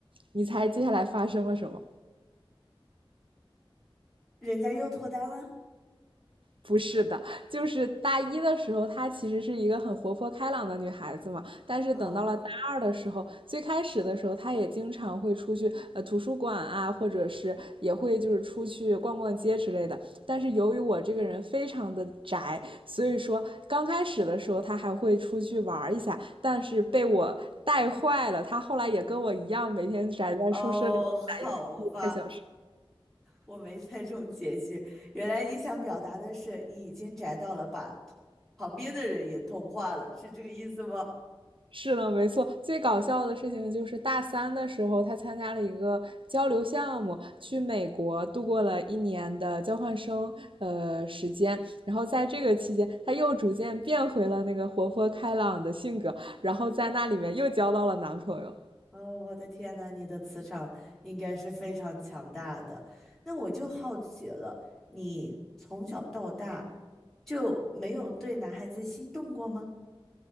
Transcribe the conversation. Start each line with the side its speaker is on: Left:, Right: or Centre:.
Right: 你猜接下来发生了什么？
Centre: 人家又脱单了？
Right: 不是的，就是大一的时候，她其实是一个很活泼开朗的女孩子嘛。但是等到了大二的时候，
Centre: 啊
Right: 最开始的时候，她也经常会出去呃图书馆啊，或者是也会就是出去逛逛街之类的。但是由于我这个人非常的宅，所以说刚开始的时候她还会出去玩一下，但是被我带坏了。她后来也跟我一样，每天宅在宿舍里面
Centre: 哦，好吧，
Right: 看小说。
Centre: 我没猜中结局。原来你想表达的是你已经宅到了，把同旁边的人也同化了，是这个意思吗？
Right: 是的，没错。最搞笑的事情就是大三的时候，他参加了一个交流项目，去美国度过了一年的交换生呃时间。然后在这个期间，他又逐渐变回了那个活泼开朗的性格，然后在那里面又交到了男朋友。
Centre: 哦，我的天呐，你的磁场应该是非常强大的。那我就好奇了，你从小到大就没有对男孩子心动过吗？